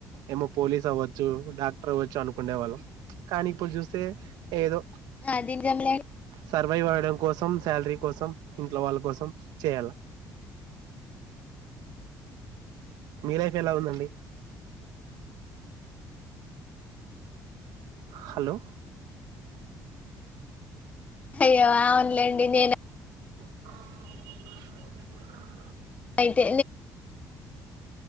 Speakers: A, on the right; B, on the left.
A: ఏమో పోలీస్ అవ్వచ్చు డాక్టర్ అవ్వచ్చు అనుకునే వాళ్ళం కానీ ఇప్పుడు చూస్తే ఏదో
B: అది <unintelligible>
A: సర్వైవ్ అవడం కోసం శాలరీ కోసం ఇంట్లో వాళ్ళ కోసం చేయాల మీ లైఫ్ ఎలా ఉందండి హలో
B: అయ్యో అవునులేండి నేను
A: అ
B: అయితే